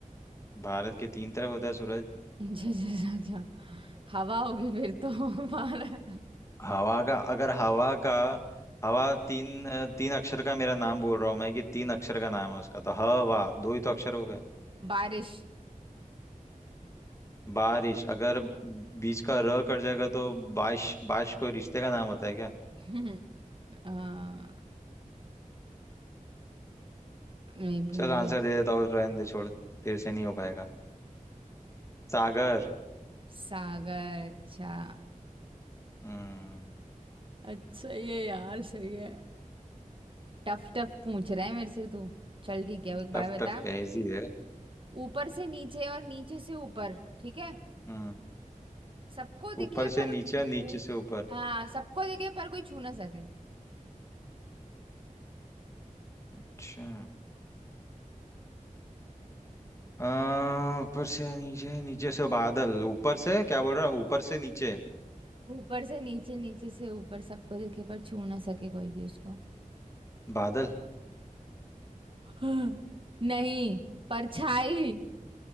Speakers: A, on the left (about 20°); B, on the right (about 40°).
A: भारत के तीन तरफ होता है सूरज
B: <laughs> अच्छा अच्छा अच्छा अच्छा। हवा होगी फिर तो <laughs> बार-
A: हवा का अगर हवा का हवा तीन अ, तीन अक्षर का मेरा नाम बोल रहा हूँ मैं कि तीन अक्षर का नाम है उसका तो हवा दो ही तो अक्षर हो गए
B: बारिश
A: बारिश अगर बीच का र कट जाएगा तो बारिश बारिश कोई रिश्ते का नाम होता है क्या
B: हम्म, आ, नहीं भूल
A: चल आंसर
B: गई
A: दे देता हूँ रहने दे छोड़ तेरे से नहीं हो पाएगा सागर
B: सागर अच्छा
A: हम्म
B: अच्छा ये यार सही है टफ टफ पूछ रहा है मेरे से तू चल ठीक है अब एक बात
A: टफ
B: बता
A: टफ क्या इजी है
B: ऊपर से नीचे और नीचे से ऊपर ठीक है
A: हम्म
B: सबको दिखे
A: ऊपर से
B: पर
A: नीचे नीचे
B: ऊ-
A: से ऊपर
B: हाँ सबको दिखे पर कोई छू ना सके
A: अच्छा आ, ऊपर से नीचे नीचे से बादल ऊपर से क्या बोल रहा है? ऊपर से नीचे
B: ऊपर से नीचे नीचे से ऊपर सबको दिखे पर छू ना सके कोई भी उसको
A: बादल
B: <gasps> नहीं परछाई <laughs>